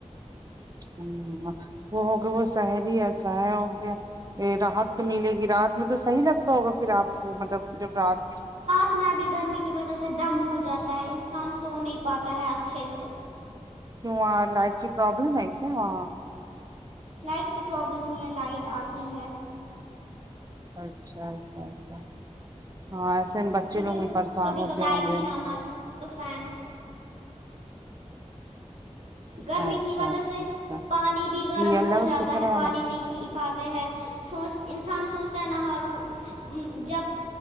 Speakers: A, on the right; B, on the right.
A: ہ وہ ہوگیا وہ سہری س ہو گیا راحت تو ملے گی رات میں تو صحیح لگتا ہوگا پھر آپ کو مطلب جب رات
B: اتنا بھی گرمی کی وجہ سے دم ہو جاتا ہے انسان سو نہیں پاتا ہے اچھے سے
A: کا لائٹ کی پروبلم ہے کیا
B: لائٹ کی پروابلم نہیں ہے لائٹ آتی ہے
A: اچھا اچھا اچھا ہاں ایسے میں بچے
B: لیکن
A: لوگ گے پریشان
B: کبھی
A: ہوتے
B: کبھی لائٹ
A: ہوں گے
B: نہیں شام آتی تو فین
A: اچھا
B: گرمی کی وجہ
A: اچھا
B: سے
A: اچھا
B: پانی بھی گرم
A: یہ اللہ
B: ہو
A: کا
B: جاتا
A: شکر
B: ہے پانی
A: ہمارا
B: نہیں پی پاتا ت ہے سوچ انسان سوچتا ہے نہ ہالوں جب